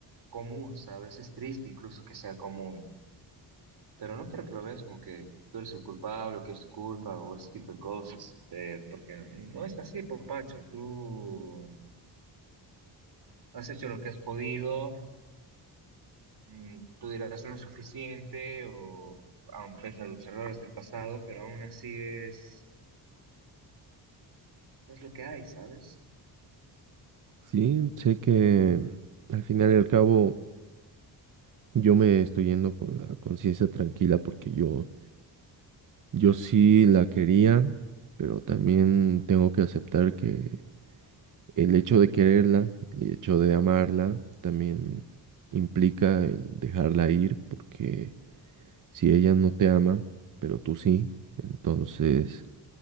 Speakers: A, on the right; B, on the right.
A: común, ¿sabes? Es triste incluso que sea común. Pero no quiero que lo veas como que tú eres el culpable o que es tu culpa o ese tipo de cosas, eh, porque no es así, papacho. Tú has hecho lo que has podido, mm, tú dirás no es suficiente o aun pese a los errores del pasado, pero aún así es, es lo que hay, ¿sabes?
B: Sí, sé que al final y al cabo Yo me estoy yendo con la conciencia tranquila porque yo, yo sí la quería, pero también tengo que aceptar que el hecho de quererla, el hecho de amarla, también implica el dejarla ir, porque si ella no te ama, pero tú sí, entonces